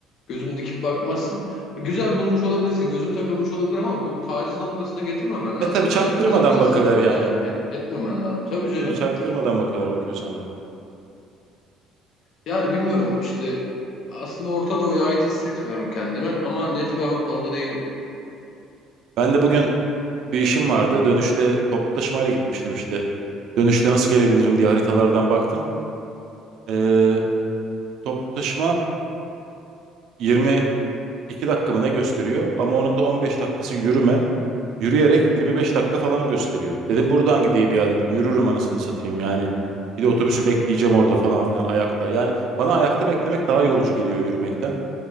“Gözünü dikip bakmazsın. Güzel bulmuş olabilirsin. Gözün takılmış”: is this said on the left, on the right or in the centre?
Left